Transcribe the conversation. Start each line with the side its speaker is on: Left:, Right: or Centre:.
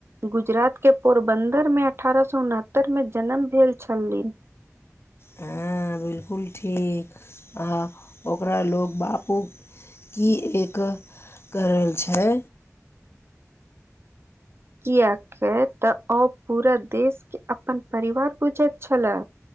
Right: गुजरात के पोरबन्दरमे अठारह सए उनहत्तर मे जन्म भेल छलिन
Left: हुँ बिलकुल ठीक आ ओकरा लो बापू की एक कर रहल छै
Right: कियके तऽ ओ पूरा देश के अपन परिवार बुझैत छलए